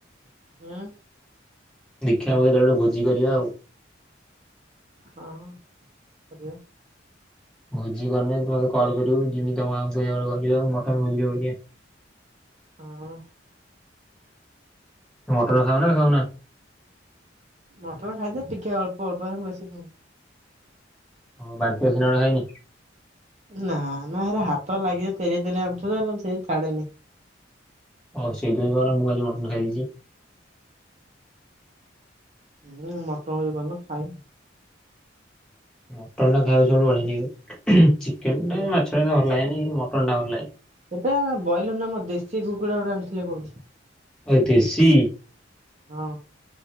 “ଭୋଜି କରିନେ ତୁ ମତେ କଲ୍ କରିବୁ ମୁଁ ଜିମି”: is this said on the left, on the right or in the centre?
Centre